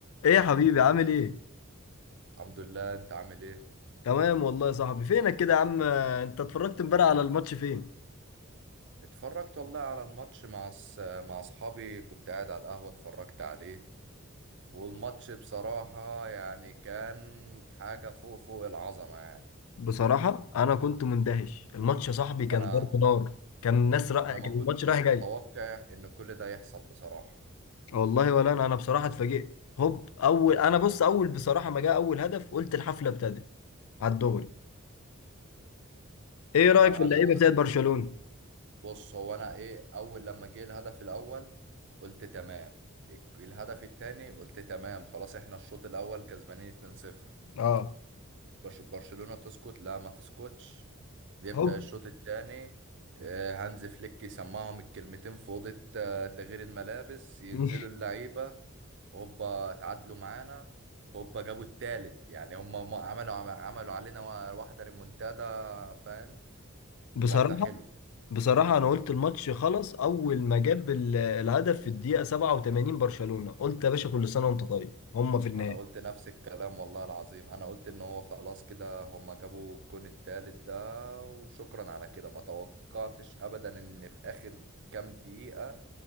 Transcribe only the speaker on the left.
ايه يا حبيبي عامل ايه
تمام والله يا صاحبي فينك كده يا عم انت اتفرجت امبارح على الماتش فين
بصراحة انا كنت مندهش الماتش يا صاحبي
كان ضرب نار كان الناس رأ...
كان
الماتش رايح جاي
والله ولا انا انا بصراحة اتفاجئت هوب اول انا بص اول بصراحة ما جاء اول هدف قلت الحفلة ابتدت على الدغري ايه رأيك
في اللعيبة
بتاعت برشلونة
اه
هوب
<laughs>
بصراحة
بصراحة أنا قلت الماتش خلص أول ما جاب ال- الهدف في الدقيقة 87 برشلونة قلت يا باشا كل سنة وأنت طيب هما في النهائي